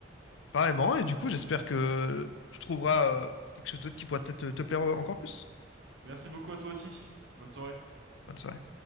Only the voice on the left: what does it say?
pareillement. Et du coup, j'espère que tu trouveras euh, quelque chose d'autre qui pourra peut-être te te plaire euh, encore plus.
Bonne soirée.